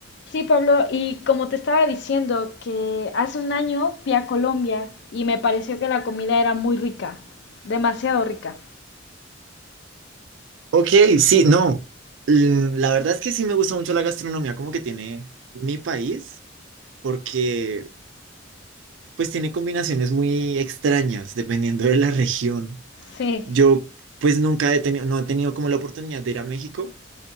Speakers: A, on the left; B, on the right.
A: Sí, Pablo, y como te estaba diciendo, que hace un año fui a Colombia y me pareció que la comida era muy rica, demasiado rica.
B: Ok, sí, no. l- La verdad es que sí me gusta mucho la gastronomía como que tiene mi país, porque pues tiene combinaciones muy extrañas dependiendo de la región.
A: Sí.
B: Yo pues nunca he tenido, no he tenido como la oportunidad de ir a México,